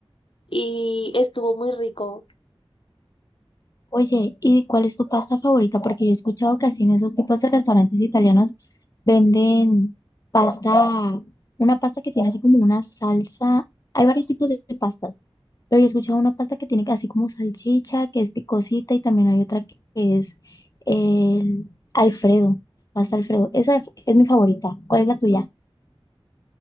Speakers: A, on the left; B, on the left.
A: y estuvo muy rico.
B: Oye, ¿y cuál es tu pasta favorita? Porque yo he escuchado que así en esos tipos de restaurantes italianos venden pasta, una pasta que tiene así como una salsa. Hay varios tipos de de pastas, pero yo he escuchado una pasta que tiene así como salchicha, que es picosita, y también hay otra que que es el Alfredo, pasta Alfredo. Esa es es mi favorita. ¿Cuál es la tuya?